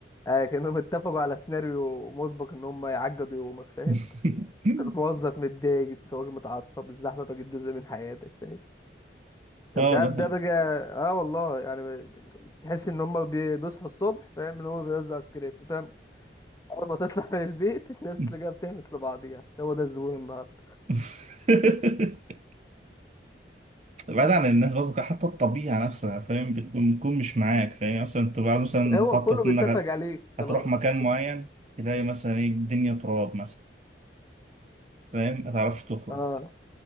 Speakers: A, on the left (about 20°); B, on the right (about 40°).
A: آه كأنهم اتفقوا على سيناريو مسبق ان هم يعقدوا يومك فاهم
B: <laughs>
A: <laughs> الموظف متضايق السواق متعصب الزحمة بقت جزء من حياتك فاهم يعني
B: اه
A: مش عارف
B: ده
A: ده
B: حقيقي.
A: بقى اه والله يعني ب- تحس ان هم بي- بيصحوا الصبح فاهم ان هم بيوزعوا سكريبت فاهم اول ما تطلع من البيت الناس
B: <laughs>
A: تلاقيها بتهمس لبعضيها هو ده الزبون النهارده
B: <laughs> بعيد عن الناس برضه حتى الطبيعة نفسها فاهم بتكون بتكون مش معاك فاهم يعني مثلا تبقى عاوز مثلا
A: هو
B: مخطط
A: كله
B: إنك
A: بيتفق
B: هت-
A: عليه
B: هتروح
A: خلاص
B: مكان معين تلاقي مثلا ايه الدنيا تراب مثلا فاهم متعرفش تخرج
A: اه